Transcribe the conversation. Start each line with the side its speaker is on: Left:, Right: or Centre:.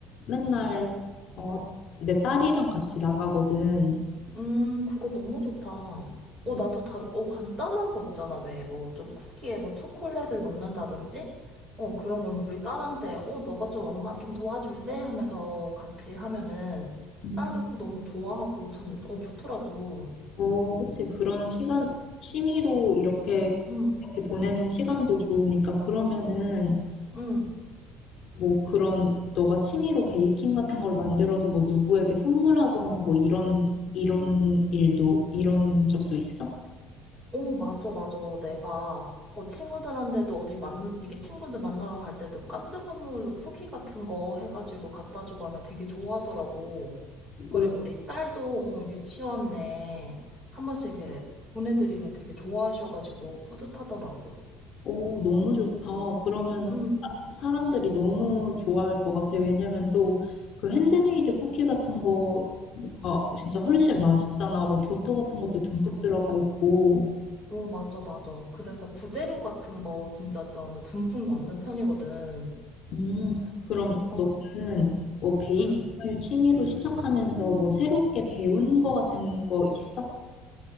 Left: 맨날, 어, 내 딸이랑 같이 나가거든.
Right: 음, 그거 너무 좋다. 어,
Left: 음,
Right: 나도 다, 어, 간단한 거 있잖아. 왜, 뭐, 좀 쿠키에 뭐 초콜릿을 넣는다든지? 어, 그런 건 우리 딸한테, 어, 너가 좀 엄마 좀 도와줄래? 하면서 같이 하면은
Left: 음.
Right: 딸도 너무 좋아하고 참, 어, 좋더라고.
Left: 어, 그치. 그런 시간, 취미로 이렇게,
Right: 응,
Left: 이렇게 보내는 시간도 좋으니까. 그러면은,
Right: 응.
Left: 뭐 그런 너가 취미로 베이킹 같은 걸 만들어서 뭐 누구에게 선물하거나 뭐 이런 이런 일도 이런 적도 있어?
Right: 오, 맞아, 맞아. 내가, 어, 친구들한테도 어디 만, 이렇게 친구들 만나러 갈 때도 깜짝 선물로 쿠키 같은 거 해가지고 갖다 주고 하면 되게 좋아하더라고. 그리고
Left: 오,
Right: 우리 딸도, 어, 유치원 내한 번씩 이렇게 보내드리면 되게 좋아하셔가지고 뿌듯하더라고.
Left: 오 너무 좋다. 그러면은
Right: 음,
Left: 사람들이 너무 좋아할 것 같아. 왜냐면 또 그 핸드메이드 쿠키 같은 거가 진짜 훨씬 맛있잖아. 뭐 버터 같은 것도 듬뿍 들어가 있고.
Right: 오, 맞아, 맞아. 그래서 부재료 같은 거 진짜 나는 듬뿍 넣는 편이거든.
Left: 음, 그럼
Right: 어,
Left: 너는 뭐 베이킹을
Right: 응.
Left: 취미로 시작하면서 뭐 새롭게 배운 거 같은 거 있어?